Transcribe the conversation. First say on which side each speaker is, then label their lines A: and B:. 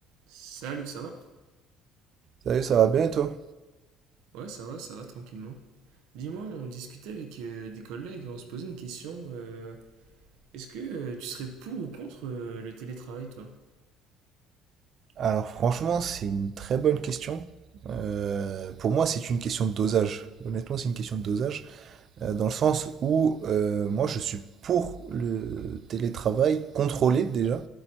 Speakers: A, on the right; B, on the right.
A: Salut, ça va?
B: Salut, ça va bien et toi?
A: Ouais, ça va, ça va, tranquillement. Dis-moi, on discutait avec euh, des collègues et on se posait une question. euh, est-ce que euh, tu serais pour ou contre euh, le télétravail, toi?
B: Alors franchement, c'est une très bonne question. Euh, pour moi, c'est une question de dosage. Honnêtement, c'est une question de dosage. euh, dans le sens où euh, moi, je suis pour le télétravail contrôlé déjà,